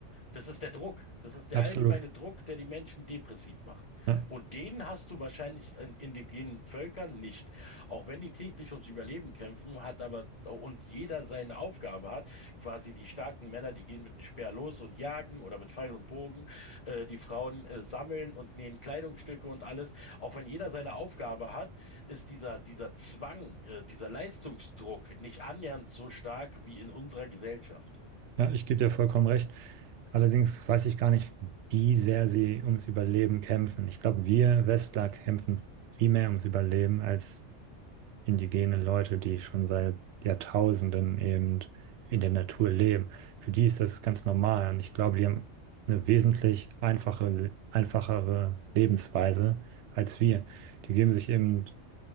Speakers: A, on the left; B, on the right.
A: Das ist der Druck. Das ist der
B: absolut.
A: allgemeine Druck, der die Menschen depressiv macht.
B: Ja,
A: Und den hast du wahrscheinlich in indigenen Völkern nicht. Auch wenn die täglich ums Überleben kämpfen, hat aber, und jeder seine Aufgabe hat, quasi die starken Männer, die gehen mit einem Speer los und jagen oder mit Pfeil und Bogen, äh, die Frauen äh, sammeln und nähen Kleidungsstücke und alles. Auch wenn jeder seine Aufgabe hat, ist dieser, dieser Zwang, äh, dieser Leistungsdruck nicht annähernd so stark wie in unserer Gesellschaft.
B: ja, ich gebe dir vollkommen recht. Allerdings weiß ich gar nicht, wie sehr sie ums Überleben kämpfen. Ich glaube, wir Westler kämpfen viel mehr ums Überleben als indigene Leute, die schon seit Jahrtausenden eben in der Natur leben. Für die ist das ganz normal und ich glaube, die haben eine wesentlich einfache, einfachere Lebensweise als wir. Die geben sich eben